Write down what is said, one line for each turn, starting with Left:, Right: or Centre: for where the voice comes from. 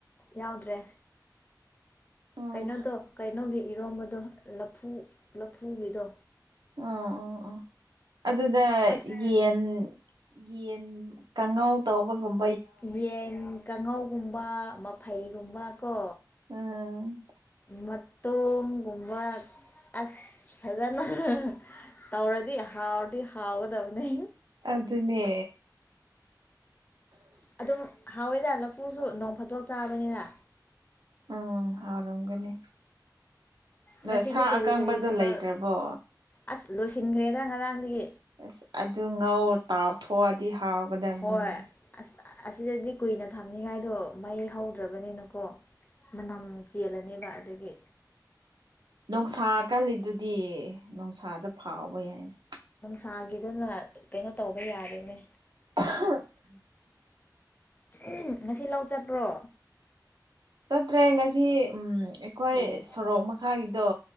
Left: ꯌꯥꯎꯗ꯭ꯔꯦ
Right: ꯎꯝ
Left: ꯀꯩꯅꯣꯗꯣ ꯀꯩꯅꯣꯒꯤ ꯏꯔꯣꯝꯕꯗꯣ ꯂꯐꯨ ꯂꯐꯨꯒꯤꯗꯣ
Right: ꯑ ꯑꯣ ꯑꯣ ꯑꯗꯨꯗ
Left: ꯑꯁ
Right: ꯌꯦꯟ ꯌꯦꯟ ꯀꯥꯡꯉꯧ ꯇꯧꯕꯒꯨꯝ
Left: ꯌꯦꯟ ꯀꯥꯡꯉꯧꯒꯨꯝꯕ ꯃꯐꯩꯒꯨꯝꯕ ꯀꯣ
Right: ꯎꯝ
Left: ꯃꯇꯣꯝꯒꯨꯝꯕ ꯑꯁ ꯐꯖꯅ ꯇꯧꯔꯗꯤ ꯍꯥꯎꯔꯗꯤ ꯍꯥꯎꯒꯗꯕꯅꯤ
Right: ꯑꯗꯨ ꯑꯗꯨꯅꯦ
Left: ꯑꯗꯨꯝ ꯍꯥꯎꯋꯦꯗ ꯂꯐꯨꯁꯨ ꯅꯣꯡ ꯐꯥꯠꯇꯣꯛ ꯆꯥꯕꯅꯤꯅ
Right: ꯎꯝ ꯍꯥꯎꯔꯝꯒꯅꯤ ꯅ
Left: ꯉꯁꯤꯗꯤ
Right: ꯁꯥ
Left: ꯀꯔꯤ
Right: ꯑꯀꯪꯕꯗꯨꯣ
Left: ꯀꯔꯤ ꯊꯕꯛ
Right: ꯂꯩꯇ꯭ꯔꯕꯣ
Left: ꯑꯁ ꯂꯣꯏꯁꯤꯟꯈ꯭ꯔꯦꯗ ꯉꯔꯥꯡꯗꯒꯤ
Right: ꯑꯁ ꯑꯗꯨ ꯉꯧ ꯇꯥꯎꯊꯣꯛꯑꯗꯤ ꯍꯥꯎꯒꯗꯕꯅꯤꯅꯦ
Left: ꯍꯣꯏ ꯑꯁ ꯑꯁꯤꯗꯗꯤ ꯀꯨꯏꯅ ꯊꯝꯅꯤꯉꯥꯏꯗꯣ ꯃꯩ ꯍꯧꯗ꯭ꯔꯕꯅꯤꯅꯀꯣ ꯃꯅꯝ ꯆꯦꯜꯂꯅꯦꯕ ꯑꯗꯨꯒꯤ
Right: ꯅꯨꯡꯁꯥ ꯀꯜꯂꯤꯗꯨꯗꯤ ꯅꯨꯡꯁꯥꯗ ꯐꯥꯎꯕ ꯌꯥꯏꯅꯦ
Left: ꯁꯥꯒꯤꯗꯨꯅ ꯀꯩꯅꯣ ꯇꯧꯕ ꯌꯥꯗꯦꯅꯦ
Right: <inaudible>
Left: ꯎꯝ ꯉꯁꯤ ꯂꯥꯛ ꯆꯠꯄ꯭ꯔꯣ
Right: ꯆꯠꯇ꯭ꯔꯦ ꯉꯁꯤ ꯑꯩꯈꯣꯏ
Left: ꯑꯣ
Right: ꯁꯣꯔꯣꯛ ꯃꯈꯥꯒꯤꯗꯣ